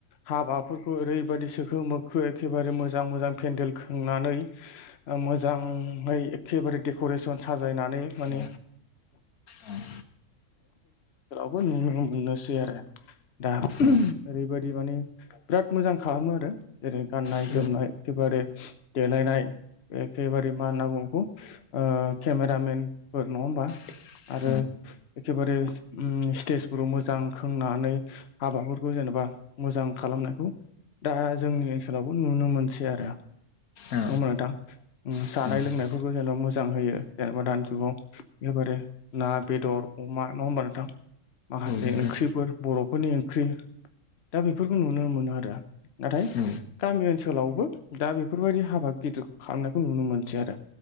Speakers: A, on the left; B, on the left.
A: हाबाफोरखौ ओरैबायदि सोखो मोखो एखेबारे मोजां मोजां पेन्देल खोंनानै मोजाङै एखेबारे डेक'रेसन साजायनानै माने
B: औ औ।
A: बावबो नुनो मोननोसै आरो। दा ओरैबायदि
B: औ
A: माने बिराद मोजां खालामो आरो जेरै गाननाय
B: औ
A: जोमनाय एखेबारे देलायनाय एखेबारे मा होनना बुङो बेखौ केमेरामेनफोर नङा होमबा
B: <unintelligible>
A: आरो एखेबारे स्टेजफोराव मोजां खोंनानै हाबाफोरखौ जेनेबा मोजां। खालामनायखौ दा जोंनि ओनसोलावबो नुनो मोनसै आरो। नङा
B: औ
A: होमबा नोंथां
B: औ
A: जानाय लोंनायफोरखौ जेन'बा मोजां होयो जेनेबा दानि जुगाव एबारे ना बेदर अमा नङा होमबा नोंथां। माखासे
B: नोंथां
A: ओंख्रिफोर बर'फोरनि ओंख्रि दा बेफोरखौ नुनो मोनो आरो नाथाय।
B: औ
A: गामि ओनसोलावबो दा बेफोरबायदि हाबा गिदिरखौ खालामनायखौ नुनो मोनसै आरो।